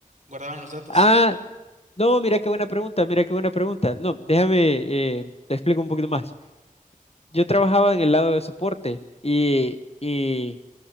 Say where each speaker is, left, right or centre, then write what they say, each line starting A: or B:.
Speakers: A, on the right; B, on the left.
A: Guardaban los datos.
B: Ah, no, mira qué buena pregunta, mira qué buena pregunta. No, déjame, eh, te explico un poquito más. yo trabajaba en el lado de soporte y, y